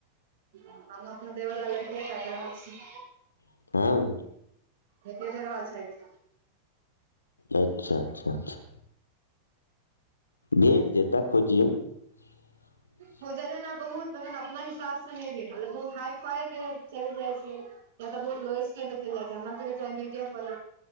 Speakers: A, on the right; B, on the left.
A: हमहु अपना देवर लेल लड़किये ताइक रहल छी
B: ह
A: भेटे नहि रहल छथि
B: अच्छा अच्छा अच्छा भेट जेता खोजियौ <inaudible>
A: हो जाै ने बहुत ल अपना हिसाबसँ नहि भेटल बहुत हाई फाई चलि जाई छै यऽ बहुत लोएस्ट ख जाइ छै हम त ब